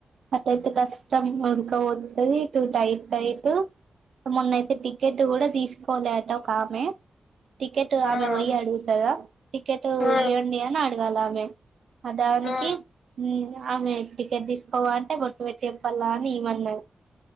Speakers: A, on the right (about 75°); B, on the left (about 65°).
A: అతే కష్టం ఉడకపోతది టు టైట్ టైట్ మొన్నయితే టికెట్ కూడా తీసుకోలే అట ఒక ఆమె టికెట్ ఆమె
B: ఆ
A: పోయి అడుగుతదా టికెట్
B: ఆ
A: ఇగోండి అని అడగాలా ఆమె అదానికి
B: ఆ
A: హ్మ్ ఆమె టికెట్ తీసుకోవాలంటే బొట్టు పెట్టి చేప్పాల అని ఇమన్నారు